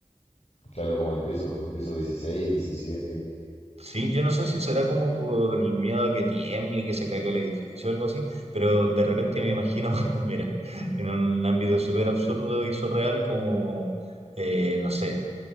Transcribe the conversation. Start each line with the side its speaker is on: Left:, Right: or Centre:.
Left: Claro, como el piso, un piso dieciséis diecisiete
Right: Sí, yo no sé si será como por el miedo a que tiemble, y que se caiga el edificio o algo así, pero de repente me imagino, <laughs> mira, en un ámbito súper absurdo y surreal como, eh, no sé,